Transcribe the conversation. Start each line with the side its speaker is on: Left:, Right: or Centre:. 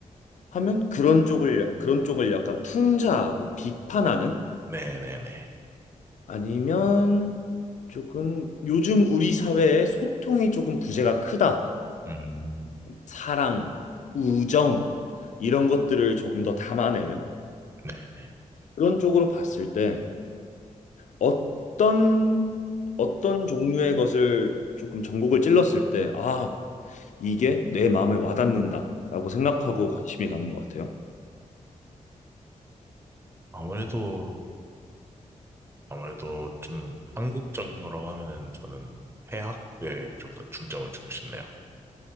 Left: 하면 그런 쪽을, 그런 쪽을 약간 풍자하고 비판하는
Right: 네네네.
Left: 아니면 조금 요즘 우리 사회에 소통이 조금 부재가 크다.
Right: 음,
Left: 사랑, 우정 이런 것들을 조금 더 담아내는
Right: 네네.
Left: 그런 쪽으로 봤을 때 어떤 어떤 종류의 것을 조금 전곡을 찔렀을 때 아, 이게 내 마음에 와닿는다라고 생각하고 관심이 가는 것 같아요.
Right: 아무래도, 아무래도 좀 한국적인 거라고 하면은 저는 해학에 좀 더 중점을 주고 싶네요.